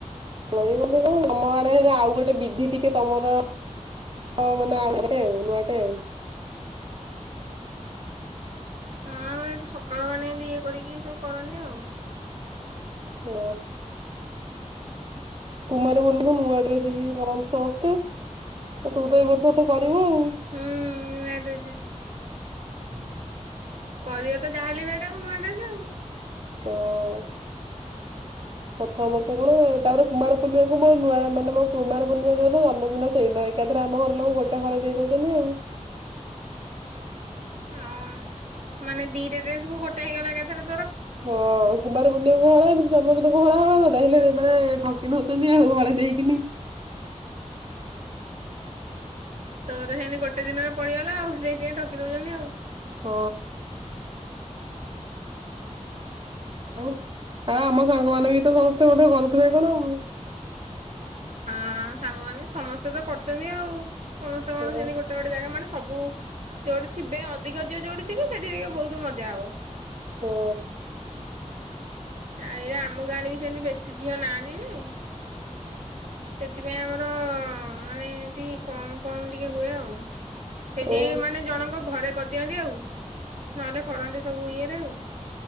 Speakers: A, on the right (about 40°); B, on the right (about 60°).
A: ଲ କଣ ତମ ଆଡେ ହେରେ ଆଉ ଗୋଟେ ବିଧି ଟିକେ ତମର ମାନେ ଆଉ ଗୋଟେ ଆଉ ନୂଆଟେ ଆଉ।
B: ହଁ ଆମର ଏଠି ସକାଳୁ ମାନେ ଇଏ କରିକି ଏ ସବୁ କରନ୍ତି ଆଉ।
A: ହଁ କୁମାର ପୂର୍ଣ୍ଣିମା କୁ ନୂଆ ଡ୍ରେସ ବି କରନ୍ତିୁ ସମସ୍ତେ ତୁ ତ ଏ ବର୍ଷଠୁ କରିବୁ ଆଉ ହଁ।
B: ହୁଁ ନୂଆ ଡ୍ରେସ କିରିବ ତ ଯାହାେଲେ ହେଟାକୁ ନୂଆଡ୍ରେସ ଆଉ।
A: ହଁ। ପ୍ରଥମ ବର୍ଷ କଣ ତାପରେ କୁମାର ପୂର୍ଣିମାକୁ ମୋ ନୂଆ ମାନେ ମୋ କୁମାର ପୂର୍ଣ୍ଣିମା ଯଉନ ଜନ୍ମଦିନ ସେଇ ନ ଏକାଥରେ ଆମ ଘର ଲୋକ ଗୋଟେ ହଳେଇ ଦେଇ ଦଉଛନ୍ତି ଆଉ।
B: ହଁ ମାନେ ଦିଟା ଡ୍ରେସ କୁ ଗୋଟେ ହେଇଗଲାଏକାଥରେ
A: ହଁ କୁମାର ପୂର୍ଣ୍ଣିମା ଏବେ ହଳେ ଜନ୍ମ ଦିନକୁ ହଳେ ହଳେ ହେଲେ ବେଳେ ଠକି ଦଉଛନ୍ତି ହଳେ ଦେଇକିନି।
B: ତ ତ ସେନ ଗୋଟେ ଦିନରେ ପଡିଗଲା ଆଉ। ସେଇଥି ପାଇଁ ଠକି ଦଉଛନ୍ତି ଆଉ।
A: ହଁ। ଆଉ ହ ଆମ ସାଙ୍ଗ ମାନେ ବି ତ ସମସ୍ତେ ମଧ୍ୟ କରୁଥିବେ କଣ ଆଉ।
B: ହଁ ସାଙ୍ଗମାନେ ସମସ୍ତେ ତ କରଛନ୍ତି ଆଉ। ସମସ୍ତଙ୍କର
A: ହଁ
B: ସେମିତି ଗୋଟେ ଗୋଟୋ ଜାଗା ମାନେ ସବୁ ଯୋଉଠି ଥିବେ ଅଧିକ ଝିଅ ଯୋଉଠି ଥିବେ ସେଠି ଟିକେ ବହୁତ ମଜା ହବ।
A: ହଁ।
B: ଆରେ ଆମ ଗାଁରେ ବି ସେମିତି ବେଶୀ ଝିଅ ନାହାନ୍ତି ଯେ ସେଥିପାଇଁ ଆମର ମାନେ ଏମିତି କମ କମ ଟିକେ ହୁଏ ଆଉ। ସେଇଥିାଇଁ
A: ଓ
B: ମାନେ ଜଣଙ୍କ ଘରେ କରିଦିଅନ୍ତି ଆଉ। ନହେଲେ କରନ୍ତି ସବୁ ଇଏରେ ଆଉ।